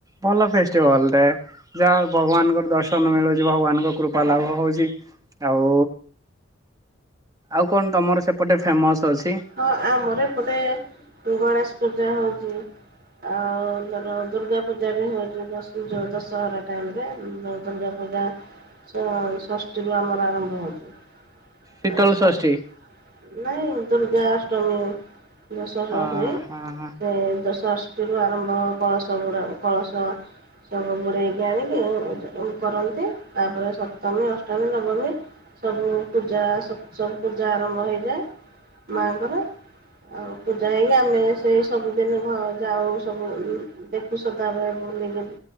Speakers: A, on the right; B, on the right.
A: ଭଲ ଫେଷ୍ଟିଭାଲ ଟେ। ଯାହାହଉ ଭଗବାନଙ୍କର ଦର୍ଶନ ମିଳୁଛି ଭଗବାନଙ୍କ କୃପା ଲାଭ ହଉଛି। ଆଉ ଆଉ କଣ ତମର ସେପଟେ ଫେମସ ଅଛି?
B: ହଁ, ଆମର ଏପଟେ ଗଣେଷ ପୂଜା ହଉଛି। ଆଉ ଲଗ ଦୁର୍ଗା ପୂଜା ବି ହଉଛି ଦଶୁ ଯ ଦଶହରା ଟାଇମ୍ ରେ। <unintelligible> ପୂଜା ଷ ଷଷ୍ଟିରୁ ଆମର ଆରମ୍ଭ ହବ। ଆ
A: ଶୀତଳ
B: ସ
A: ଷଷ୍ଠୀ।
B: ସ ନାଇଁ ଦୁର୍ଗା ଅଷ୍ଟମି। ଦଶହରା
A: ହଁ
B: ହୁଏ।
A: ହଁ
B: ସେ ଦଶ ଷଷ୍ଟି ରୁ ଆରମ୍ଭ କଳସ ବୁଡ଼ା କଳସ ସବୁ ବୁଡେଇକି ଆଣିକି ଇଏ କରନ୍ତି, ତାପରେ ସପ୍ତମୀ, ଅଷ୍ଟମୀ, ନବମୀ ସବୁ ପୂଜା ସବୁ ପୂଜା ଆରମ୍ଭ ହେଇଯାଏ। ମା ଙ୍କର ଆଉ ପୂଜା ହେଇକି ଆମେ ସେଇ ସବୁ ଦେନୁ ଭା ଯାଉ ସବୁ ବୋଲି। ଦେଖୁ ସୁଦାରେ ଭୁଲି ବୁଲି ଯିବୁ,